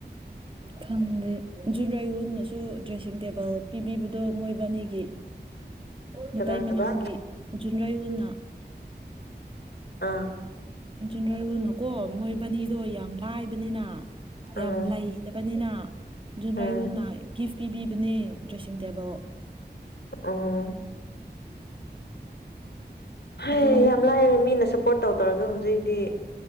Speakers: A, on the right; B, on the left.
A: ꯈꯪꯗꯦ ꯖꯨꯟꯔꯩꯋꯨꯟꯅꯁꯨ ꯗ꯭ꯔꯦꯁꯤꯡ ꯇꯦꯕꯜ ꯄꯤꯕꯤꯕꯗꯣ ꯃꯣꯏꯕꯥꯅꯤꯒꯤ
B: ꯀꯅꯥ
A: ꯃꯇꯩ
B: ꯍꯕ
A: ꯃꯅꯥꯎꯒꯤ ꯖꯨꯟꯔꯩ ꯋꯨꯟꯅ
B: ꯑꯥ
A: ꯖꯨꯟꯔꯩꯋꯨꯟꯅꯀꯣ ꯃꯣꯏꯕꯅꯤꯗꯣ ꯌꯥꯝ ꯂꯥꯏꯕꯅꯤꯅ
B: ꯑꯥ
A: ꯌꯥꯝ ꯂꯩ ꯇꯕꯅꯤꯅ ꯖꯨꯟꯔꯩꯌꯨꯟꯅ
B: ꯎꯝ
A: ꯒꯤꯐ ꯄꯤꯕꯤꯕꯅꯦ ꯗ꯭ꯔꯦꯁꯤꯡ ꯇꯦꯕꯜ
B: ꯑꯍ ꯍꯥꯏ
A: ꯑꯗꯣ
B: ꯌꯥꯝ ꯂꯥꯏꯔꯦ ꯃꯤꯅ ꯁꯞꯄꯣꯔꯠ ꯇꯧ ꯇꯧꯔꯒꯦ ꯍꯧꯖꯤꯛꯗꯤ